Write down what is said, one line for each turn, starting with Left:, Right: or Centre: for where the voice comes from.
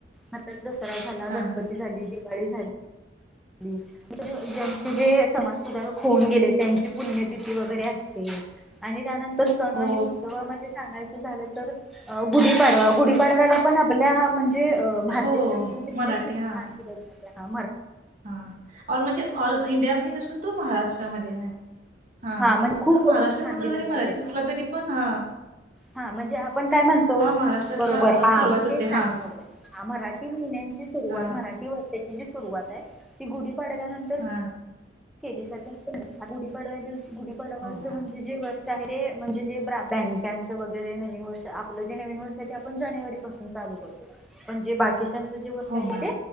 Centre: आता दसरा झाला,
Right: हा
Centre: गणपती झाली, दिवाळी दिवाळी झाली. म्हणजे ज्यांची सुदारक होऊन गेले त्यांची पुण्यतिथी वगैरे असते. आणि त्यानंतर सण
Right: हो
Centre: आणि उत्सवा मध्ये सांगायचं झालं तर गुढीपाडवा. गुढीपाडव्याला पण आपल्या म्हणजे म्हणजे भारतीय
Right: हो
Centre: संस्कृती मध्ये
Right: मराठी
Centre: खूप
Right: हा
Centre: छान परंपरा
Right: हा ऑल म्हणजे, ऑल इंडियामध्ये नसून तो महाराष्ट्रामध्ये आहे. हां,
Centre: हा म्हणजे
Right: फक्त
Centre: खूप
Right: महाराष्ट्रापुरता
Centre: असं स्थान दिलं
Right: जरी मर्यादित
Centre: जाते
Right: असला, तरी पण आं
Centre: हा, म्हणजे आपण काय म्हणतो.
Right: महाराष्ट्रातला
Centre: बरोबर,
Right: अ,
Centre: हा
Right: सुरुवात
Centre: मी तेच
Right: होते
Centre: सांगायला
Right: हा
Centre: लागलो. हा मराठी महिने न्यांची सुरुवात
Right: हा
Centre: मराठी वर्षाची सुरुवात आहे, ती गुढीपाडवनंतर
Right: हा
Centre: केली जाते असं म्हणता. गुढीव्या दिवशी गुढीपाडवा
Right: हो
Centre: असं
Right: मॅम
Centre: म्हणजे जे व र्ष आहे, म्हणजे जे बँकचं वगैरे नवीन वर्ष आपलं जे नवीन वर्ष आहे ते आपण जानेवारी पासून चा चालू करतो. पण जे बाकीच्यांचे जे वर्ष
Right: हो
Centre: आहे
Right: मॅम
Centre: ते